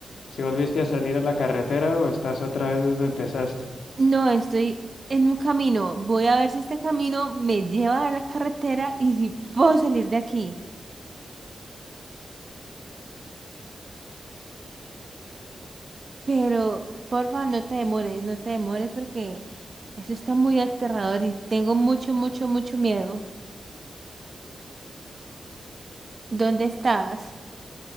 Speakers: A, on the left; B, on the right.
A: sí volviste a salir a la carretera o estás otra vez donde empezaste?
B: No, estoy en un camino. Voy a ver si este camino me lleva a la carretera y si puedo salir de aquí. Pero, porfa, no te demores, no te demores porque eso está muy aterrador y tengo mucho, mucho, mucho miedo. ¿Dónde estás?